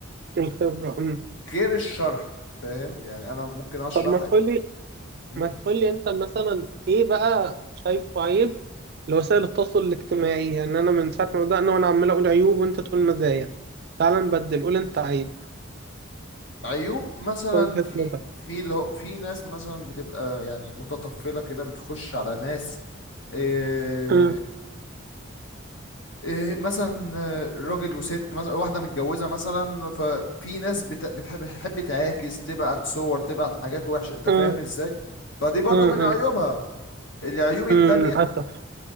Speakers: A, on the right (about 50°); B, on the left (about 65°).
A: الخبرة مم.
B: غير الشرح فاهم يعني أنا ممكن أشرح
A: طب ما
B: ال-
A: تقولي
B: مم.
A: ما تقول لي انت مثلا ايه بقى شايفه عيب لوسائل التواصل الاجتماعي يعني انا من ساعه ما بدأنا وانا عمال اقول عيوب وانت تقول مزايا تعال نبدل قول انت عيب
B: عيوب مثلا
A: وجهة
B: في
A: نظر
B: في اللي هو- في ناس مثلا بتبقى يعني متطفلة كده بتخش على ناس آه،
A: أمم،
B: إيه مثلا آه، راجل وست مثلا واحدة متجوزة مثلا ففي ناس بت- بتحب بتحب تعاكس تبعت صور تبعت حاجات وحشة انت فاهم
A: أمم،
B: مم. ازاي فدي برضو
A: أمم،
B: من مم. عيوبها العيوب التانية
A: أمم، للأسف